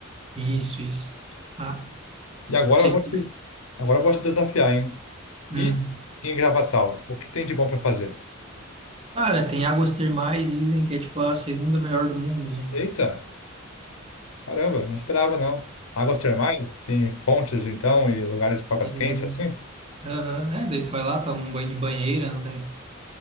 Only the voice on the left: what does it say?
E agora
eu vou
te, agora eu vou te desafiar, hein?
E em Gravatal, o que tem de bom para fazer?
Eita, caramba, não esperava não. Águas termais, tem fontes então e lugares com águas
quentes assim?